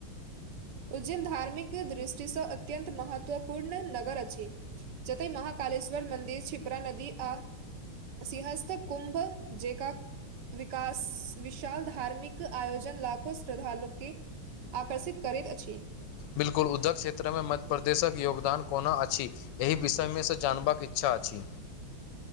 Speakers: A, on the right; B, on the left.
A: उज्जैन धार्मिक दृष्टि सं, अत्यंत महत्वपूर्ण नगर अछी। जतए महाकालेश्वर मन्दिर, छिप्रा नदी, आ सिंहस्थ कुम्भ जेका विकास, विशाल धार्मिक आयोजन लाखो श्रद्धालु के आकर्षित करैत अछि।
B: 'बिल्कुल' उद्दग क्षेत्रमे, मध्य प्रदेशक योगदान कोना अछ? एहि विषयमे से जानबाक इच्छा अछि।